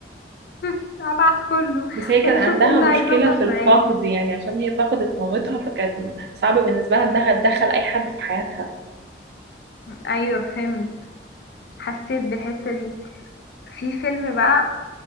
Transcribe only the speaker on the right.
بس هي
كان عندها
مشكلة في الفقد
يعني عشان هي فقدت مامتها فكان صعب بالنسبة لها انها تدخل اي حد في حياتها